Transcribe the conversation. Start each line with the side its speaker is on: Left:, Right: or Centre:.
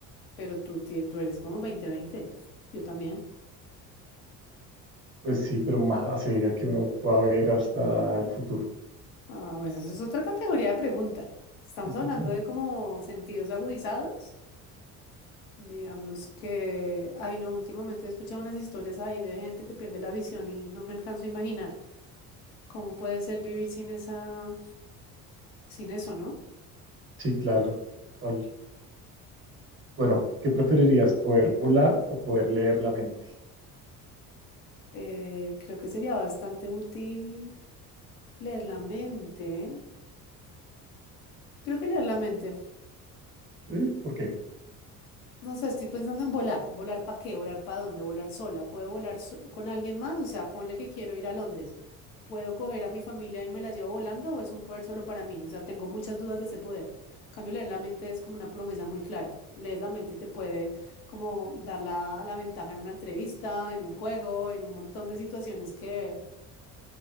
Left: pero tú, tie- tú eres como 20-20. Yo también.
Right: Pues sí, pero más así diga que uno pueda ver hasta el futuro.
Left: Ah, pues eso es otra categoría de pregunta. Estamos
Right: <laughs>
Left: hablando de como sentidos agudizados. Digamos que, ay no, últimamente he escuchado unas historias ahí de gente que pierde la visión y no me alcanzo a imaginar cómo puede ser vivir sin esa, sin eso, ¿no?
Right: Sí, claro. total. Bueno, ¿qué preferirías, poder volar o poder leer la mente?
Left: Eh, creo que sería bastante útil leer la mente. Creo que leer la mente.
Right: ¿Eh? ¿Por qué?
Left: No sé, estoy pensando en volar. ¿Volar para qué? ¿Volar para dónde? ¿Volar sola? ¿Puedo volar so- con alguien más? O sea, ponle que quiero ir a Londres. ¿Puedo coger a mi familia y me la llevo volando o es un poder solo para mí? O sea, tengo muchas dudas de ese poder. En cambio, leer la mente es como una promesa muy clara. Lees la mente y te puede como dar la, la ventaja en una entrevista, en un juego, en un montón de situaciones que